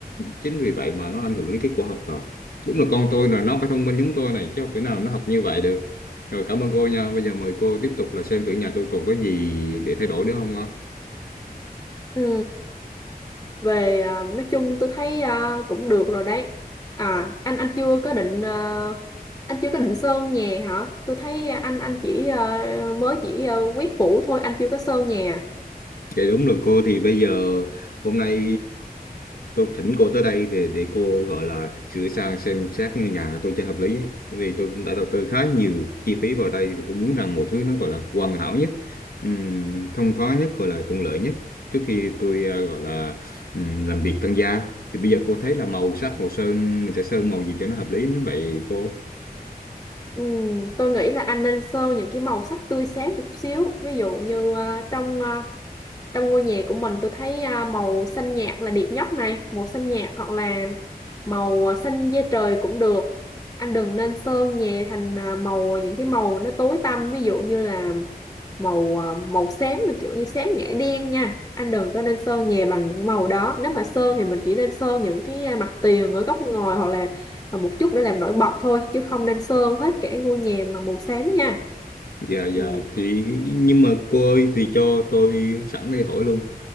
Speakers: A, on the left (about 70°); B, on the left (about 15°).
A: chính vì vậy mà nó ảnh hưởng đến kết quả học tập đúng là con tôi là nó phải thông minh giống tôi này chứ không thể nào nó học như vậy được rồi cảm ơn cô nha bây giờ mời cô tiếp tục là xem thử nhà tôi còn có gì để thay đổi nữa không ạ
B: ừ về à, nói chung tôi thấy à, cũng được rồi đấy à anh anh chưa có định à, anh chưa có định sơn nhà hả tôi thấy anh anh chỉ à, mới chỉ à, quét phủ thôi anh chưa có sơn nhà
A: Dạ đúng rồi cô thì bây giờ hôm nay tôi thỉnh cô tới đây để để cô gọi là sửa sang xem xét ngôi nhà của tôi cho hợp lý ấy. Vì tôi cũng đã đầu tư khá nhiều chi phí vào đây thì tôi muốn rằng một thứ nó gọi là hoàn hảo nhất, um, không khó nhất gọi là thuận lợi nhất trước khi tôi à, gọi là ừm, làm việc tăng gia. Thì bây giờ cô thấy là màu sắc màu sơn mình sẽ sơn màu gì cho nó hợp lý như vậy cô?
B: Ừm, tôi nghĩ là anh nên sơn những cái màu sắc tươi sáng chút xíu ví dụ như à, trong à, trong ngôi nhà của mình tôi thấy à, màu xanh nhạt là đẹp nhất này màu xanh nhạt hoặc là màu à, xanh da trời cũng được anh đừng nên sơn nhà thành à, màu à, những cái màu nó tối tăm ví dụ như là màu à, màu xám mà kiểu như xám ngã đen nha anh đừng có nên sơn nhà bằng những màu đó nếu mà sơn thì mình chỉ nên sơn những cái à, mặt tiền ở góc ngồi hoặc là à, một chút để làm nổi bật thôi chứ không nên sơn hết cả ngôi nhà bằng màu xám nha
A: Dạ dạ
B: Ừ.
A: thì nhưng mà cô ơi thì cho tôi sẵn đây hỏi luôn